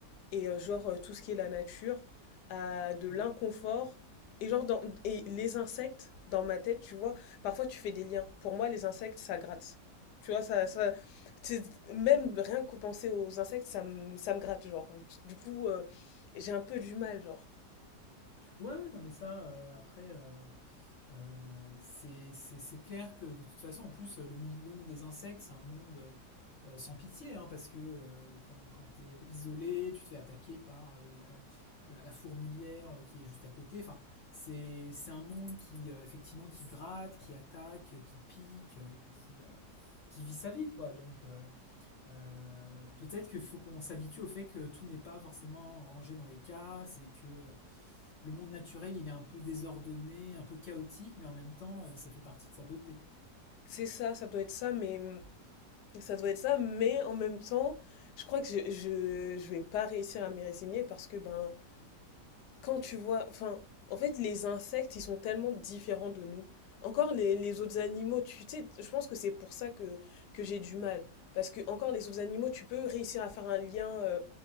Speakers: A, on the left (about 75°); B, on the left (about 60°).
A: et euh, genre euh, tout ce qui est la nature à
B: Mm.
A: de l'inconfort et genre dans et les insectes dans ma tête tu vois parfois tu fais des liens pour moi les insectes ça gratte tu vois ça ça c'est- même rien que penser aux insectes ça me ça me gratte genre du coup euh, j'ai un peu du mal genre
B: Ouais, ouais, non, mais ça, euh, après, euh, euh, c'est c'est- c'est clair que de toute façon, en plus, euh, le million des insectes, c'est un monde euh, euh, sans pitié, hein, parce que euh, quand, quand tu es isolé, tu te fais attaquer par euh, la, la- la fourmilière euh, qui est juste à côté. Enfin, c'est c'est un monde qui, euh, effectivement, qui gratte, qui attaque, euh, qui pique, euh, qui, euh, qui vit sa vie, quoi. Donc, euh, Euh, peut-être qu'il faut qu'on s'habitue au fait que tout n'est pas forcément rangé dans des cases et que le monde naturel, il est un peu désordonné, un peu chaotique, mais en même temps, euh, ça fait partie de sa beauté.
A: c'est ça ça doit être ça mais ça doit être ça mais en même temps je crois que je je, je vais pas réussir à m'y résigner parce que ben quand tu vois, enfin, en fait, les insectes, ils sont tellement différents de nous. Encore les, les autres animaux, tu sais, je pense que c'est pour ça que, que j'ai du mal. Parce que, encore les autres animaux, tu peux réussir à faire un lien. euh,